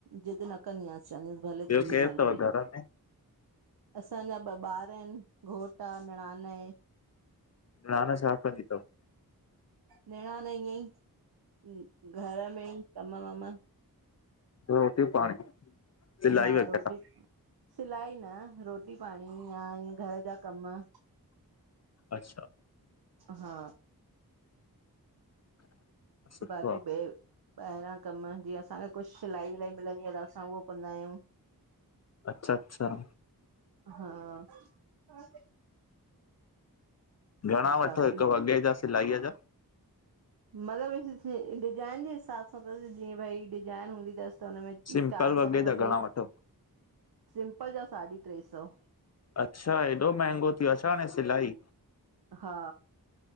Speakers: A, on the right; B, on the left.
A: ज़िद न कंदीयांसि, चेेदांंसि भले
B: ॿियो
A: तुंहिंजी
B: केरु
A: मर्ज़ी।
B: अथव घर में
A: असांजा ॿ ॿार अनि, घोटु आ, निरानु आए।
B: निरान छा कंदी तव?
A: निणान न ईञें ई घर में ई कमु वमु
B: रोटी -पाणी सिलाई
A: हा
B: वग़ैरह
A: रोटी, सिलाई न, रोटी पाणी या ईञें घर जा कमु।
B: अच्छा
A: हा,
B: सुठो
A: बाक़ी
B: आहे
A: बे ॿायरां कमु जीअं असां कुझु सिलाई विलाई मिलंदी आह त। असां उहो कंदा अयूं।
B: अच्छा अच्छा
A: हा।
B: घणा
A: बाक़ी
B: वठो हिकु वॻे जा सिलाईअ जा?
A: मतिलबु डिजाइन जे हिसाब सां त जीअं, भई डिजाइन हूंदी थसि। त हुनमें
B: सिंपल
A: चार
B: वॻे
A: सौ बि
B: जा
A: वठे,
B: घणा वठो?
A: सिम्पल जा साढी ट्रे सौ।
B: अच्छा हेॾो मंहंगो थीियो, आहे छा हाण सिलाई।
A: हा